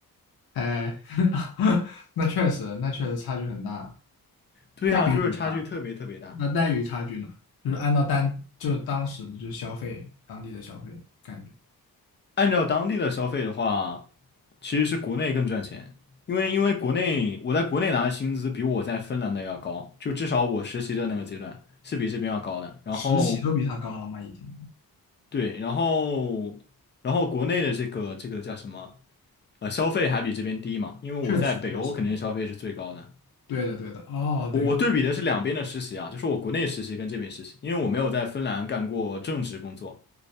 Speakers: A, on the left (about 75°); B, on the left (about 30°).
A: 哎，<laughs> 那确实，那确实差距很大。
B: 对啊，
A: 待遇怎么样？
B: 就是差距特别特别大。
A: 那待遇差距呢？就是按照当就是当时的就是消费当地的消费感觉，
B: 按照当地的消费的话，其实是国内更赚钱，因为因为国内我在国内拿的薪资比我在芬兰的要高，就至少我实习的那个阶段是比这边要高的，然后。
A: 实习都比他高了吗？已经，
B: 对，然后然后国内的这个这个叫什么？呃，消费还比这边低嘛，因为我在北欧肯定是消费是最高的。
A: 确实确实，对的对的。哦，
B: 我我对比的是两边的实习啊，
A: 等于说，
B: 就是我国内实习跟这边实习，因为我没有在芬兰干过正职工作。